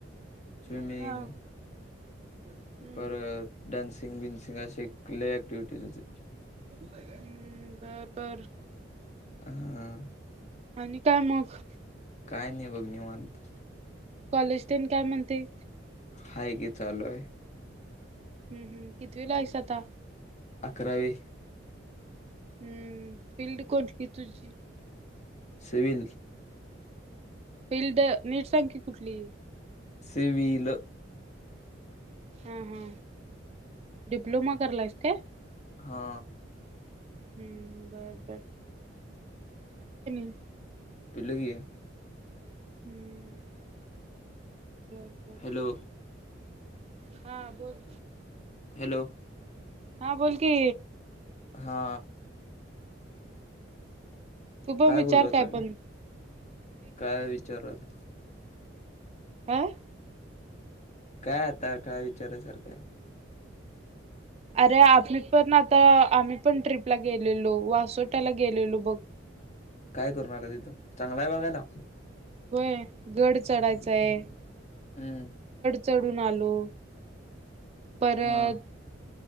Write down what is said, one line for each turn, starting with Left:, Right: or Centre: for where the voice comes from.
Left: स्विमिंग,
Right: हा हम्म
Left: परत डान्सि टींग बिन सिंग असे लय ऍक्टिव्हिटीज होतीत.
Right: हम्म, बर बर.
Left: हां
Right: आणि काय मग?
Left: काय नाही बघ निवांत
Right: कॉलेज तेन काय म्हणते
Left: हाय की चालू हाय
Right: हम्म कितीवीला आहीस आता?
Left: अकरावी
Right: हम्म फिल्ड कुठली तुझी?
Left: सिव्हिल
Right: फिल्ड नीट सांग की कुठली?
Left: सिविल
Right: हा हा डिप्लोमा करलाइस काय?
Left: हा
Right: हम्म बर बर <unintelligible>
Left: पिलो की
Right: रिकामा ऑडिओ रिकामा
Left: हॅलो
Right: ऑडिओ हा बोल
Left: हॅलो
Right: हा बोल कि
Left: हा
Right: पण
Left: काय
Right: विचार
Left: बोलू आता मी
Right: पण
Left: काय विचारत
Right: अं
Left: काय आता काय विचारासारखय
Right: अरे आपली पण आता आम्ही पण ट्रिप ला गेलेलो वासोटयाला गेलेलो बघ.
Left: काय करून आला तिथून, चांगला आहे बघायला?
Right: व्हय गड चढायचय.
Left: हम्म
Right: चढून आलो. परत
Left: हा